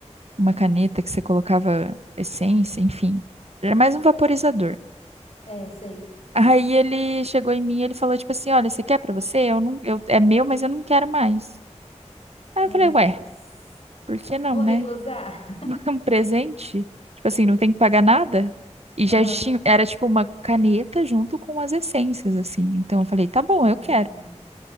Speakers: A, on the right; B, on the left.
A: Uma
B: Hum,
A: caneta que você colocava essência, enfim. Era mais um vaporizador.
B: é, sei.
A: Aí ele chegou em mim e ele falou, tipo assim, olha, você quer pra você? Eu não, eu, é meu, mas eu não quero mais. Aí
B: Meu
A: eu falei, ué,
B: Deus.
A: por que não,
B: Vou
A: né?
B: recusar.
A: <laughs> é um presente? Tipo assim, não tem que pagar nada? E
B: Aham.
A: já tinha, era tipo uma caneta junto com as essências, assim. Então eu falei, tá bom,
B: Hum,
A: eu quero.